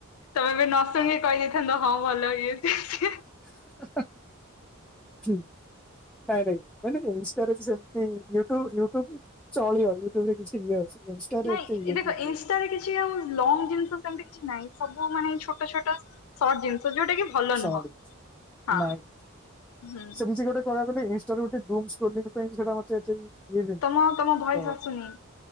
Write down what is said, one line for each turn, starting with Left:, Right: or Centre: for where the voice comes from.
Left: ତମେବି ନ ଶୁଣିକି କହିଦେଇଥାନ୍ତ ହଁ ଭଲ ଇଏ ହେଇଚି ହା
Centre: ହା ହା ହୁଁ। ନାଇଁ ନାଇଁ ନାଇ ଇନଷ୍ଟାରେ ସେମତି ୟୁଟ୍ୟୁବ ୟୁଟ୍ୟୁବ ଚଳିବ ୟୁଟ୍ୟୁବ ରେ କିଛି ଇଏ ଅଛି ଇନଷ୍ଟାରେ
Left: ନାଇଁ
Centre: ଏତେ ଇଏ
Left: ଦେଖ
Centre: ବି ନୁହେଁ
Left: ଇନଷ୍ଟାରେ କିଛି ଆଉ ଲଙ୍ଗ ଜିନିଷ ସେମିତି କିଛି ନାଇଁ ସବୁ ମାନେ ଛୋଟ ଛୋଟ ଶର୍ଟ ଜିନିଷ ଯୋଉଟା କି ଭଲ
Centre: ଶର୍ଟ
Left: ନୁହଁ ହଁ
Centre: ନାଇଁ
Left: ହୁଁ
Centre: ସେମିତି ଗୋଟେ କଣ କହିବାକୁ ଗଲେ ଇନ୍ଷ୍ଟା ରେ ଗୋଟେ ଡୂମ୍ସ୍ ଖୋଲିବାପାଇଁ ସେଟା ମତେ ଏତେ ବି ଇଏ ନୁହେଁ
Left: ତମ ତମ ଭଏସ
Centre: ତ
Left: ଆସୁନି।